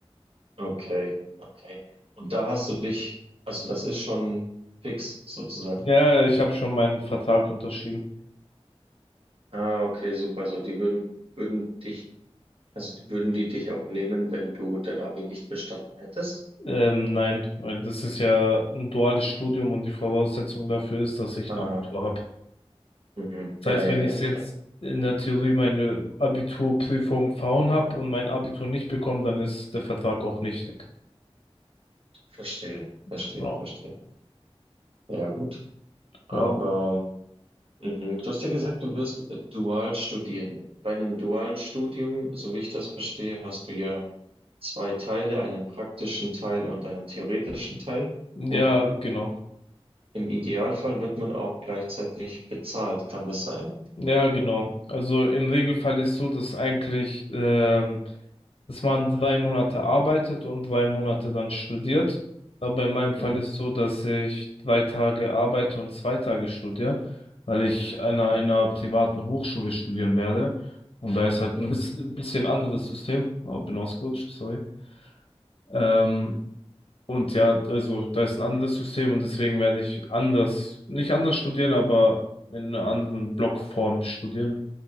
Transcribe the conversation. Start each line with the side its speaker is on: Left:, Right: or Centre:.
Right: Okay, okay. Und da hast du dich, also das ist schon fix sozusagen.
Left: Ja, ich habe schon meinen Vertrag unterschrieben.
Right: Ah, okay, super. So, die würden, würden dich, also die würden die dich auch nehmen, wenn du dein Abi nicht bestanden hättest?
Left: Ähm, nein, weil das ist ja ein duales Studium und die Voraussetzung dafür ist, dass ich
Right: Ah,
Left: ein Abitur habe.
Right: mhm.
Left: Das
Right: Ja,
Left: heißt,
Right: ja,
Left: wenn ich
Right: ja,
Left: jetzt
Right: klar.
Left: in der Theorie meine Abiturprüfung verhauen habe und mein Abitur nicht bekomme, dann ist der Vertrag auch nichtig.
Right: Verstehe,
Left: Genau.
Right: verstehe, verstehe. Ja, gut. Aber
Left: Ja,
Right: mhm. Du hast ja gesagt, du wirst äh, dual studieren. Bei einem dualen Studium, so wie ich das verstehe, hast du ja zwei Teile, einen praktischen Teil und einen theoretischen Teil.
Left: ja,
Right: Und
Left: genau.
Right: im Idealfall wird man auch gleichzeitig bezahlt. Kann das sein?
Left: Ja, genau. Also im Regelfall ist so, dass eigentlich ähm, dass man drei Monate arbeitet und drei Monate dann studiert. Aber in meinem Fall
Right: Mhm.
Left: ist so, dass ich drei Tage arbeite und zwei Tage studiere, weil ich an einer privaten Hochschule studieren werde. Und da ist halt ein bis- ein bisschen anderes System. Oh, bin ausgerutscht, sorry. Ähm, und ja, also da ist ein anderes System und deswegen werde ich anders, nicht anders studieren, aber in einer anderen Blockform studieren.